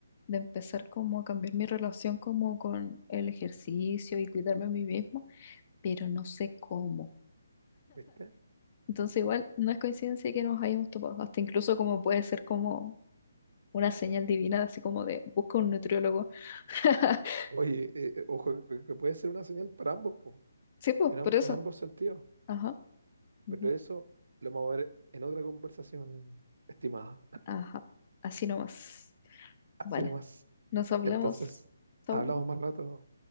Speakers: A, on the left; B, on the right.
A: de empezar como a cambiar mi relación como con el ejercicio y cuidarme a mí mismo, pero no sé cómo.
B: ¿Viste?
A: Entonces igual no es coincidencia que nos hayamos topado, hasta incluso como puede ser como una señal divina, así como de busca un nutriólogo. <laughs>
B: Oye, eh, eh, ojo, que, que puede ser una señal para ambos, po,
A: Sí, pues,
B: en ambos,
A: por eso.
B: en ambos sentidos.
A: Ajá, ujú,
B: Pero eso lo vamos a ver en otra conversación, estimada.
A: ajá, así nomás.
B: Así
A: Vale,
B: nomás.
A: nos hablemos.
B: Entonces,
A: Chau.
B: hablamos más rato.